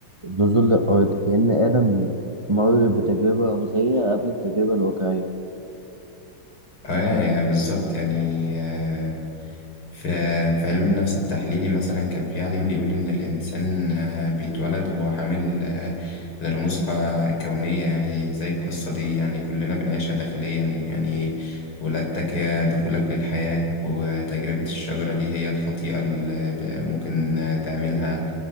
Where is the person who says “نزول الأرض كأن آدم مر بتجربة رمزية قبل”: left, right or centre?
Right